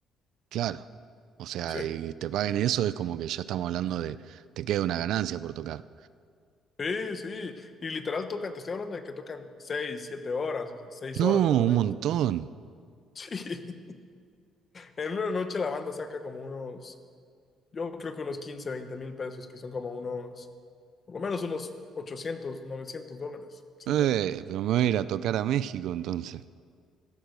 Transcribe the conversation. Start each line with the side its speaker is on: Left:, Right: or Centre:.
Right: claro. O sea,
Left: Sí,
Right: y te paguen eso es como que ya estamos hablando de te queda una ganancia por tocar.
Left: sí, sí. Y literal tocan, te estoy hablando de que tocan 6 7 horas, o sea, 6
Right: No,
Left: horas por lo
Right: un
Left: menos.
Right: montón.
Left: Sí. <laughs> En una noche la banda saca como unos, yo creo que unos 15 20 mil pesos, que son como unos, por lo menos unos 800 900 dólares, sin
Right: Eh,
Left: tema.
Right: pero me voy a ir a tocar a México entonces.